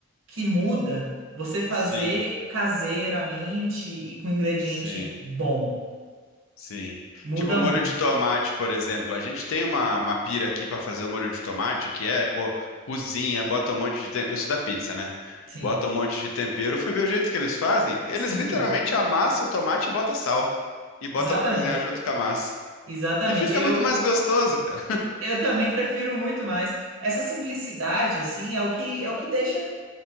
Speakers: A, on the right; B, on the left.
A: que muda você fazer
B: Sim,
A: caseiramente e com ingrediente
B: sim.
A: bom.
B: Sim.
A: Muda
B: Tipo molho
A: muito.
B: de tomate, por exemplo. A gente tem uma, uma pira aqui para fazer o molho de tomate, que é, pô, cozinha, bota um monte de tempero. Isso da pizza, né?
A: Sim,
B: Bota um monte de tempero. Fui ver o jeito que eles fazem. Eles
A: simplão.
B: literalmente amassam o tomate e bota sal. E bota
A: Exatamente.
B: para cozinhar junto com a massa.
A: Exatamente.
B: E fica
A: Eu
B: muito mais gostoso, cara.
A: eu também prefiro muito mais. Essa simplicidade assim é o que é o que deixa